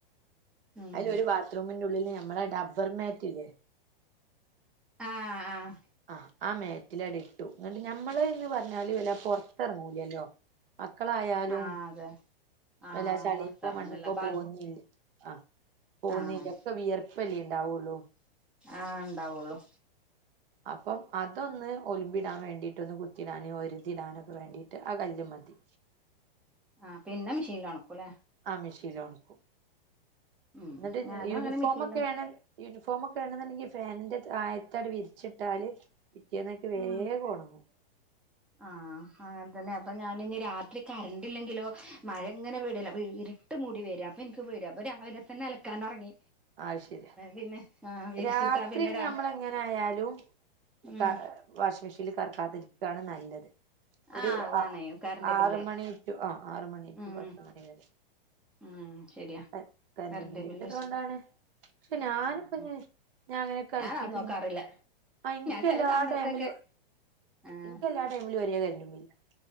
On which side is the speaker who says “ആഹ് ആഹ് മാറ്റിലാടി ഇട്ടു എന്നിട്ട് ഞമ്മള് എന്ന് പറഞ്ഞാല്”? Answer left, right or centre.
Right